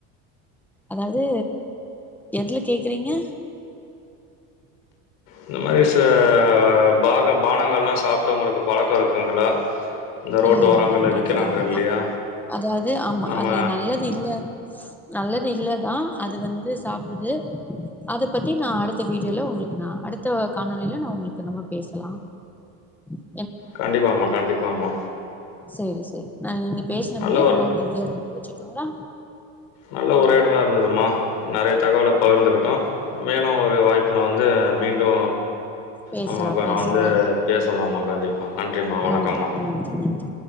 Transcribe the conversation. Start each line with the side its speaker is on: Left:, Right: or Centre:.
Centre: அதாவது எதுல கேக்றீங்க
Left: இந்த மாரி ச பாக பானங்கலா சாப்ட்டு உங்குளுக்கு பழக்கோ இருக்குங்களா இந்த ரோட்டு
Centre: இல்ல
Left: ஓரங்கள்ல
Centre: இல்ல
Left: விக்கிறாங்க
Centre: அதுதா அதுதா
Left: இல்லையா?
Centre: அதாவது ஆமா
Left: நம்ம
Centre: அது நல்லது இல்ல நல்லது இல்லதா அது வந்து சாப்டுது அத பத்தி நா அடுத்த வீடியோல உங்குளுக்கு நா அடுத்த காணொலில நா உங்குளுக்கு நம்ம பேசலா <unintelligible>
Left: கண்டிப்பா மா கண்டிப்பா மா
Centre: செரி செரி நா நீங்க பேசுனதுமே
Left: நல்ல ஒரு
Centre: ரொம்ப உதவியா இருந்தது வெச்சுட்டோங்களா
Left: நல்ல உரையாடலா இருந்ததுமா நெறைய தகவல பகிர்ந்துகிட்டோ மேலு ஒரு வாய்ப்புல வந்து மீண்டு
Centre: பேசலா
Left: நம்மப்ப
Centre: பேசலா
Left: வந்து பேசலாம்மா கண்டிபா நன்றிம்மா வணக்கம்மா
Centre: நன்றி நன்றி நன்றி